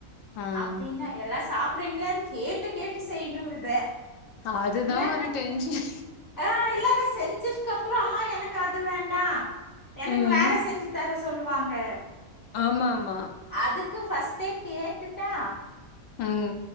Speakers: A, on the left; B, on the left.
A: ம்
B: அப்டின்னு எல்லா சாப் பிடிங்களான் கேட்டு கேட்டு செய்யணு இத
A: அதுதா
B: இல்லனா
A: ஒரு டென்ஷன்
B: ஆ இல்லன்னா செஞ்சு துக்கப்புறோ அம்மா எனக்கு அது வேண்டா எனக்கு
A: ம்
B: வேற செஞ்சு தர சொல்வாங்க
A: ஆமா ஆமா
B: அதுக்கு ஃபர்ஸ்ட்டே கேட்டுட்டா
A: ம்